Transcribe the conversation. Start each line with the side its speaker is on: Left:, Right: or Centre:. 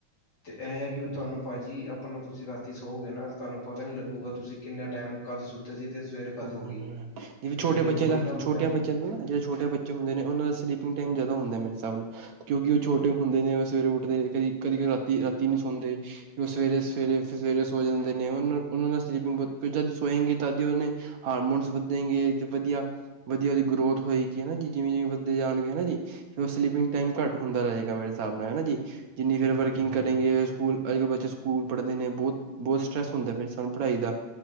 Left: ਤੇ ਇਹ ਆ ਕਿ। ਤੁਹਾਨੂੰ ਭਾਅ ਜੀ ਆਪਣਾ ਤੁਸੀਂ ਰਾਤੀ ਸਹੋਗੇ ਨਾ ਅਤੇ ਤੁਹਾਨੂੰ ਪਤਾ ਨਹੀਂ ਲੱਗੇਗਾ, ਤੁਸੀਂ ਕਿੰਨਾ ਟਾਈਮ। ਕਦ ਸੁੱਤੇ ਸੀ ਤੇ ਸਵੇਰੇ। ਕਦ
Right: ਹਮ
Left: ਹੋ ਗਈ
Right: ਜਿਵੇਂ
Left: ਕਿਉਂਕਿ
Right: ਛੋਟੇ
Left: ਸਾਡੀ
Right: ਬੱਚੇ
Left: ਬੋਡੀ
Right: ਦਾ,
Left: ਨਾ ਉਸ
Right: ਛੋਟੀਆਂ
Left: ਟਾਈਮ
Right: ਬੱਚਿਆਂ ਦਾ, ਜਿਹੜੇ ਛੋਟੇ ਬੇ। ਹੁੰਦੇ ਨੇ ਉਹਨਾਂ ਦਾ ਸਲੀਪਿੰਗ ਟਾਈਮ ਜਿਆਦਾ ਹੁੰਦਾ ਹੈ, ਮੇਰੇ ਹਿਸਾਬ ਨੂੰ ਕਿਉਂਕਿ ਉਹ ਛੋਟੇ ਹੁੰਦੇ ਨੇ, ਉਹ ਸਵੇਰੇ ਉੱਠਦੇ ਕਦੀ। ਕਦੀ ਕਦੇ ਰਾਤੀ ਰਾਤੀ ਨਹੀਂ ਸੌਂਦੇ ਉਹ ਸਵੇਰੇ ਸਵੇਰੇ। ਸਵੇਰੇ ਸੋ ਜਾਂਦੇ ਨੇ ਉਹ ਉਹਨਾਂ ਨਾਲ ਸਲੀਪਿੰਗ ਜਦ ਸੋਏਗੀ ਤਦੀ ਉਹਨੇ। ਹਾਰਮੋਨਸ ਵਧਣ ਗ ਤੇ ਵਧੀਆ। ਵਧੀਆ ਉਹਦੀ ਗਰੋਥ ਹੋਏਗੀਾ ਜੀ ਜਿਵੇਂ ਜਿਵੇਂ ਵੱਦੇ ਜਾਣਗੇ ਹਨਾ ਜੀ ਫਿਰ ਸਿਿੰਗ। ਟਾਈਮ ਘੱਟ ਹੁੰਦਾ ਰਹੇਗਾ ਮੇਰੇ ਹਿਸਾਬ ਨਾਲ ਹਨਾ, ਜੀ ਜਿੰਨੀ ਫੇਰ
Left: ਬਿਲਕੁਲ
Right: ਵਰਕਿੰਗ
Left: ਬਿਲਕੁਲ
Right: ਕਰੇਗੇ ਸਕੂਲ। ਅੱਜ ਕੱਲ ਬੱਚੇ ਸਕੂਲ ਪੜ੍ਹਦੇ ਨੇ ਬਹੁਤ ਬਹੁਤ ਸਟਰੈੱਸਸੁੰਦਾਿਰ ਸਾਨੂੰ ਪੜ੍ਹਾਈ ਦਾ